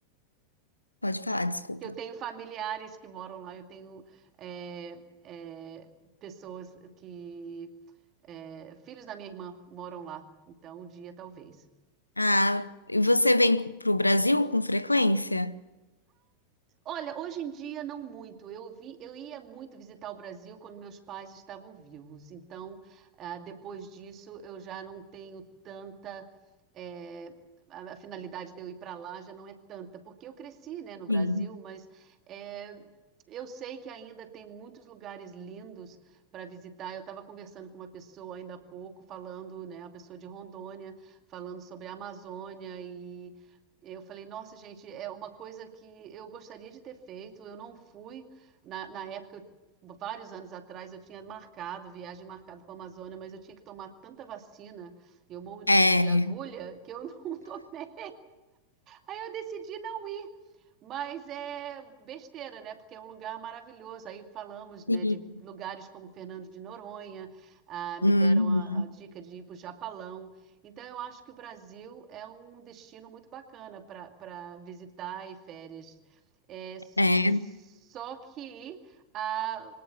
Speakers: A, on the left; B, on the right.
A: Pode falar, desculpa.
B: que eu tenho familiares que moram lá, eu tenho é, é, pessoas que, é, filhos da minha irmã moram lá, então um dia talvez.
A: Ah, e você vem para o Brasil com frequência?
B: Olha, hoje em dia não muito. Eu vi, eu ia muito visitar o Brasil quando meus pais estavam vivos. Então, ah, depois disso, eu já não tenho tanta eh, a, a finalidade de eu ir para lá já não é tanta, porque eu cresci, né, no Brasil,
A: Sim.
B: mas eh, eu sei que ainda tem muitos lugares lindos para visitar. Eu estava conversando com uma pessoa ainda há pouco, falando, né, uma pessoa de Rondônia, falando sobre a Amazônia eu falei, nossa, gente, é uma coisa que eu gostaria de ter feito, eu não fui. Na, na época, eu- vários anos atrás, eu tinha marcado, viagem marcada para a Amazônia, mas eu tinha que tomar tanta vacina, eu morro de
A: É.
B: medo de agulha, que eu <laughs> não tomei. Aí eu decidi não ir. Mas é besteira, né? Porque é um lugar maravilhoso. Aí falamos, né,
A: Sim.
B: de lugares como Fernando de Noronha, ah, me
A: Uhum.
B: deram a, a dica de ir para o Japalão. Então, eu acho que o Brasil é um destino muito bacana para para visitar e férias. É, só
A: É,
B: que ah,